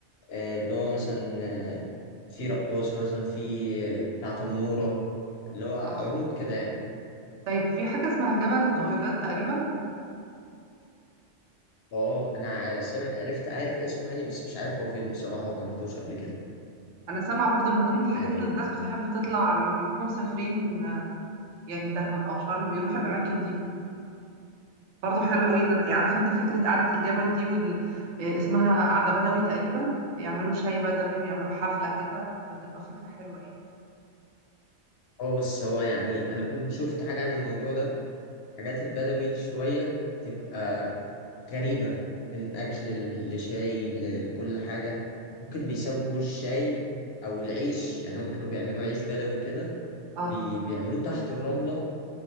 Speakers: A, on the left; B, on the right.
A: آه، اللي هو مثلا آه، في رقاصة مثلا في آه، بتاع تنورة اللي هو
B: اه
A: عروض كده يعني
B: طيب في حاجه اسمها جبل الطويلات
A: أم-
B: تقريبا
A: اه انا سامع عرفت عارف اسمه يعني بس مش عارف هو فين بصراحة وما رحتوش قبل كده
B: انا سامعه برضو ان من ضمن الحاجات
A: يعني
B: اللي الناس
A: انا
B: بتحب تطلع لما بيكونوا مسافرين آه، يعني دهب او شرم بيروحوا الاماكن دي برضه حلو قوي ان انا يعني عارف انت فكره قعده الجبل دي وال... آه، اسمها قعده بدوي تقريبا يعملوا شاي بدوي ويعملوا حفله كده بتبقى فكره حلوه يعني
A: اه بس هو يعني انا كنت شفت حاجة عن الموضوع ده حاجات البدوي شوية تبقى غريبة من أكل ل- لشاي ل- لكل حاجة ممكن بيسووا الشاي أو العيش يعني هم كانوا بيعملوا عيش بدوي كده
B: اه
A: بي... بيعملوه تحت الرملة